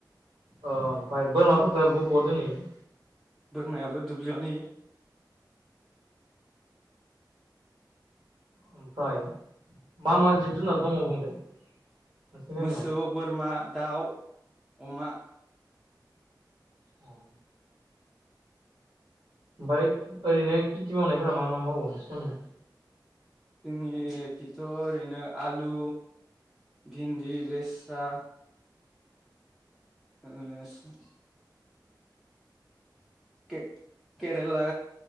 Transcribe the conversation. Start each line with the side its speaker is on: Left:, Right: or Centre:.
Right: अ ओमफाय बोरमाफोरखो बोवा बोवा दोनहैयो
Centre: बोरमायाबो दुब्लियावनो होयो
Right: ओमफाय मा मा जिब जुनार दङ बुंदो नोंसिनि गामियाव
Centre: मोसौ बोरमा दाउ अमा
Right: औ ओमफाय ओरैनो खेथि मावनायफोरा मा मा मावो <unintelligible>
Centre: जोंनि खिथ' ओरैनो आलु भिन्दि लेस्रा ओ <unintelligible> के-केरेला